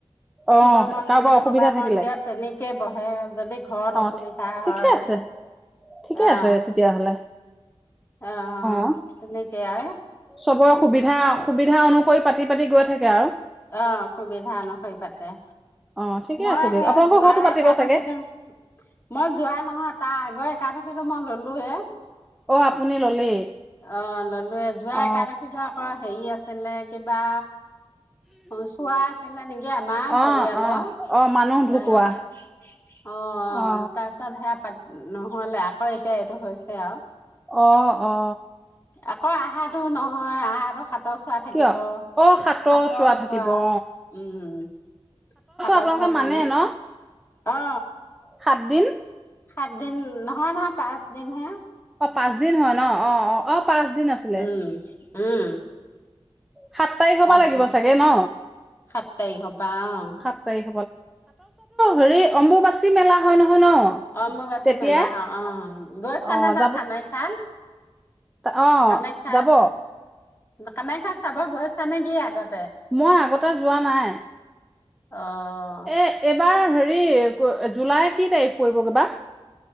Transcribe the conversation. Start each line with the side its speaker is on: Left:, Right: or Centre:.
Centre: অ
Left: শিৱ মন্দিৰ
Centre: কাৰোবাৰ
Left: বা
Centre: অসুবিধা
Left: কবা
Centre: থাকিলে
Left: মন্দিৰত তেনেকেই বহে যদি ঘৰত অসুবিধা
Centre: অ ঠিকে
Left: হয়
Centre: আছে ঠিকে
Left: অহ
Centre: আছে তেতিয়াহ'লে
Left: অহ
Centre: অ
Left: তেনে সেয়া।
Centre: চবৰে সুবিধা। সুবিধা অনুসৰি পাতি পাতি গৈ থাকে। আৰু
Left: অ সুবিধা অনুসৰি পাতে
Centre: অ ঠিকে
Left: মই
Centre: আছে দিয়ক
Left: সেই
Centre: আপোনালোকৰ
Left: যোৱা
Centre: ঘৰতো পাতিব
Left: একাদশীত
Centre: চাগে
Left: মই যোৱা নহয়। তাৰ আগৰ একাদশীটো মই ললোৱে।
Centre: অ আপুনি ললেই
Left: অ ললোৱে যোৱা
Centre: অ
Left: একাদশীটো আকৌ হেৰি আছে। হলে কিবা অ চোৱা আছিলে নেকি। আমাৰ
Centre: অ
Left: পৰিয়ালৰ
Centre: অ অ মানুহ ঢুকোৱা
Left: এ অ
Centre: অ
Left: তাৰপিছত হেয়া পাতি। নহলে আকৌ এতিয়া এইটো হৈছে। আৰু
Centre: অ অ
Left: আকৌ আহাটো নহয় আহাটো। সাতৰ চোৱা থাকিব।
Centre: কিয় অ
Left: সাতৰ চোৱা
Centre: থাকিব অ
Left: উম সাতৰ
Centre: আপোনালোকে
Left: চোৱা
Centre: মানে
Left: কাৰণে
Centre: ন
Left: অ।
Centre: সাত দিন
Left: সাত দিন নহয় নহয় পাঁচ দিন হে
Centre: অ পাঁচ দিন হয় অ পাচ দিন আছিলে
Left: উম উম
Centre: সাত তাৰিখৰ
Left: পাঁচ
Centre: পৰা লাগিব
Left: দিন
Centre: চাগে ন
Left: সাত তাৰিখৰ পৰা অ
Centre: সাত তাৰিখ হেৰি অম্বুবাচী মেলা হয় নহয় ন
Left: অম্বুবাচী
Centre: তেতিয়াই
Left: মেলা হ হয় অ গৈছানে
Centre: অ
Left: তাত
Centre: যাব
Left: কামাখ্যা
Centre: তা- অ
Left: কামাখ্যাত
Centre: যাব
Left: কামাখ্যাত চাব গৈছা নে কি আগত
Centre: মই আগতে যোৱা নাই
Left: অ',
Centre: এ এবাৰ হে হৰি জুলাই কি তাৰিখ পৰিবগৈ বা